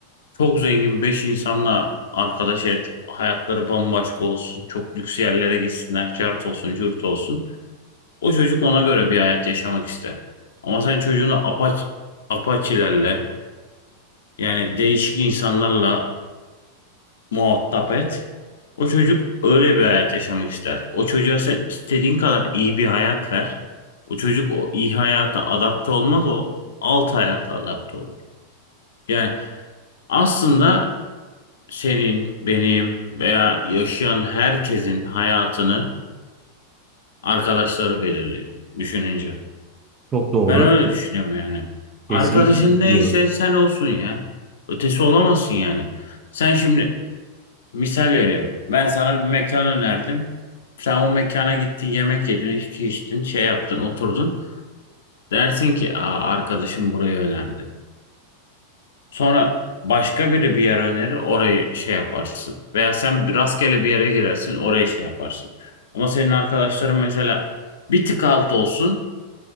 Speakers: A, on the left; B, on the right.
A: çok zengin 5 insanla arkadaş et, hayatları bambaşka olsun, çok lüks yerlere gitsinler, cart olsun, cürt olsun. O çocuk ona göre bir hayat yaşamak ister. Ama sen çocuğunu apaç, apaçilerle Yani değişik insanlarla muhatap et. O çocuk öyle bir hayat yaşamak ister. O çocuğa sen istediğin kadar iyi bir hayat ver. O çocuk o iyi hayata adapte olmaz, o alt hayata adapte olur. Yani aslında senin, benim veya yaşayan herkesin hayatını arkadaşları belirliyor düşününce.
B: Çok doğru.
A: Ben öyle düşünüyorum yani.
B: Kesinlikle
A: Arkadaşın
B: katılıyorum.
A: neyse sen olsun ya. Ötesi olamazsın yani. Sen şimdi Misal veriyorum. Ben sana bir mekan önerdim. Sen o mekana gittin, yemek yedin, içki içtin, şey yaptın, oturdun. Dersin ki, Aa, arkadaşım burayı önerdi. Sonra başka biri bir yer önerir, orayı şey yaparsın. Veya sen bir- rastgele bir yere girersin, orayı şey yaparsın. Ama senin arkadaşların mesela bir tık alt olsun